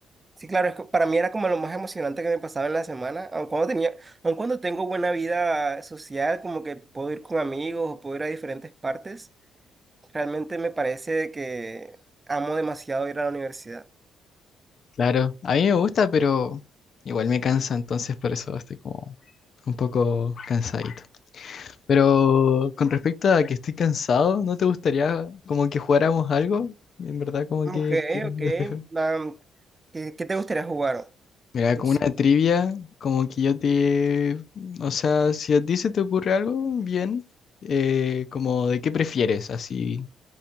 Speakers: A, on the right; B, on the left.
A: Sí, claro, es que para mí era como lo más emocionante que me pasaba en la semana, aun cuando tenía, aun cuando tengo buena vida social, como que puedo ir con amigos o puedo ir a diferentes partes, realmente me parece que amo demasiado ir a la universidad.
B: claro. A mí me gusta, pero igual me cansa, entonces por eso estoy como un poco cansadito. Pero con respecto a que estoy cansado, ¿no te gustaría como que jugáramos algo? En verdad, como
A: Ok,
B: que quiero
A: ok,
B: despejarme.
A: am, ¿qué, qué te gustaría jugar?
B: Mira,
A: No
B: como
A: sé.
B: una trivia, como que yo te... O sea, si a ti se te ocurre algo, bien, eh, como de qué prefieres, así,